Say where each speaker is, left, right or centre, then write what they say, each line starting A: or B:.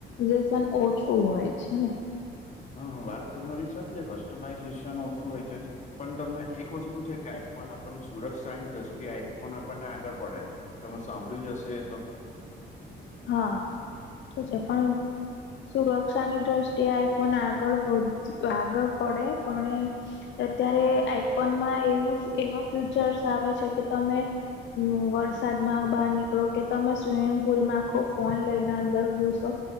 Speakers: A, on the left; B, on the left.
A: ઝેશન ઓછું હોય છે ને
B: હા વાત તો તમારી સાચી છે કસ્ટમાઈઝેશન ઓછું હોય છે. પણ તમને એક વસ્તુ છે કે આઈફોન આપણ સુરક્ષ સાયસ દ્રષ્ટિએ આઈફોન આપણને આગળ પડે. તમે સાંભળ્યું જશે તો.
A: હા એ તો છે પણ. સુરક્ષાની દ્રષ્ટિએ આઈફોન આગળ વધ આગળ પડે પણ અત્યારે આઈફોનમાં એવું એવા ફ્યુચર્સ આવે છે કે તમે. હ વરસાદ માં બહાર નીકળો કે તમે સ્વિમિંગ પુલ માં આખો ફોન લઈને અંદર ઘુસો